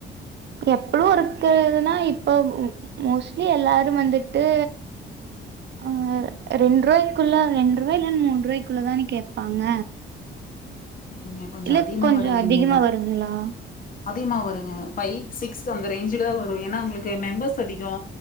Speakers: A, on the right; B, on the left.
A: எப்பலு இருக்கறதுன்னா இப்போ மோஸ்ட்லி எல்லாரு வந்துட்டு ஆ ரெண் ரூவாய்க்குள்ள ரெண்டு ரூவா இல்லன்னா மூண் ரூவாய்க்குள்ளதான கேப்பாங்க
B: இங்க கொஞ்சொ
A: இல்ல
B: அதிகமா
A: கொஞ்சோ
B: வருங்க
A: அதிகமா
B: இங்கெல்லா
A: வருங்களா
B: அதிகமா வருங்க ஃபைவ் சிக்ஸ் அந்த ரேஞ்ச்ல தா வரு ஏனா ஒங்களுக்கு மெம்பர்ஸ் அதிகோ